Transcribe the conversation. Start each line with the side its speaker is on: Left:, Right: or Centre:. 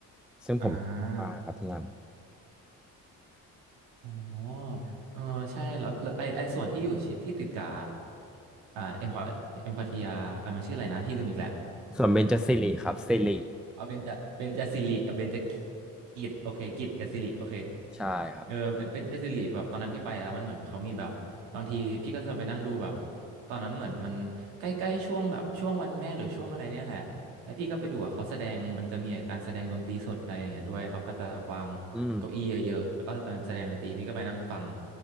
Centre: ซึ่งผมชอบมากครับที่นั่น
Right: อ่าอ๋อเออใช่แล้วแล้วไอไอส่วนที่อยู่ชิที่ติดกับอ่าเอ็มคอเอ็มคอทียอมันชื่ออะไรนะที่ลืมอีกแหล้ว
Centre: ส่วนเบญจสิริครับสิริ
Right: เอาเบญจเบญจสิริกับเบญจกิจโอเคกิจกับสิริโอเค
Centre: ใช่ครับ
Right: เออเบญเบญจสิริแบบตอนนั้นพี่ไปแล้วมันเหมือนเขามีแบบบางทีพี่ก็จะไปนั่งดูแบบตอนนั้นเหมือนมันใกล้ๆช่วงแบบช่วงวันแม่หรือช่วงอะไรเนี่ยแหละแล้วพี่ก็ไปดูอะเขาแสดงมันจะมีการแสดงดนตรีสดอะไรอย่างเงี้ยด้วยเขาก็จะวางเก้าอี้เยอะๆแล้วก็เป็นแสดงดนตรีพี่ก็ไปนั่งฟัง
Centre: อืม